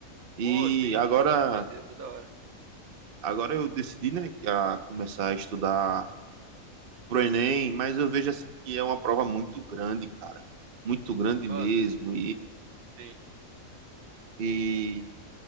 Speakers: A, on the right; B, on the right.
A: E
B: Pô, sim,
A: agora,
B: pô, eu fazia toda hora.
A: agora eu decidi, né, a começar a estudar pro Enem, mas eu vejo assim que é uma prova muito grande, cara. Muito grande
B: Mano,
A: mesmo.
B: sim.
A: E